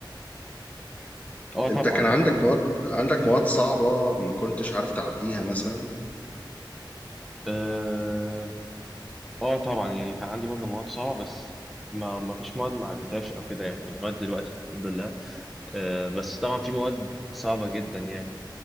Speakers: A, in the centre; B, on the left.
A: اه طبعا
B: انت كان عندك مواد عندك مواد صعبة ما كنتش عارف تعديها مثلا
A: اه آه طبعا يعني كان عندي برضو مواد صعبه بس ما ما فيش مواد ما عدتهاش او كده يعني لغايه دلوقتي الحمد لله آه بس طبعا في مواد صعبه جدا يعني